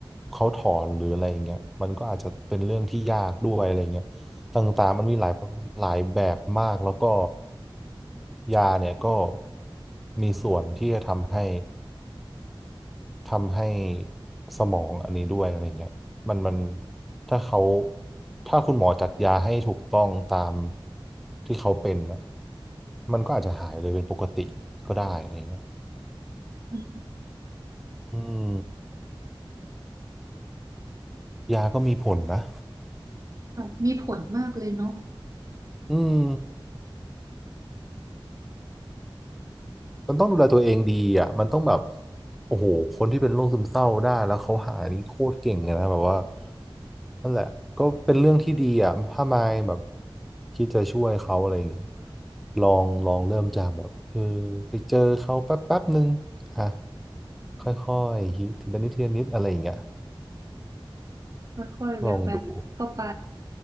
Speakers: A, in the centre; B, on the right.
A: เขาถอนหรืออะไรอย่างเงี้ยมันก็อาจจะเป็นเรื่องที่ยากด้วยอะไรเงี้ยต่างๆมันมีหลายหลายแบบมากแล้วก็ ยาเนี่ยก็มีส่วนที่จะทำให้ทำให้สมองอันนี้ด้วยอะไรเงี้ยมันมันถ้าเขาถ้าคุณหมอจัดยาให้ถูกต้องตามที่เขาเป็นอ่ะมันก็อาจจะหายเลยเป็นปกติก็ได้อะไรเงี้ย
B: ืม
A: อืมยาก็มีผลนะ
B: ค่ะมีผลมากเลยเนาะ
A: อืม มันต้องดูแลตัวเองดีอ่ะมันต้องแบบโอ้โหคนที่เป็นโรคซึมเศร้าได้แล้วเขาหายนี่โคตรเก่งเลยนะแบบว่านั่นแหละก็เป็นเรื่องที่ดีอ่ะถ้ามายแบบคิดจะช่วยเขาอะไรอย่างเงี้ยลองลองเริ่มจากแบบเออไปเจอเขาแป๊บแป๊บนึงอ่ะค่อยๆคิดทีละนิดทีละนิดอะไรอย่างเงี้ย
B: ค่อยๆแวบๆเข้าไป
A: ลองดู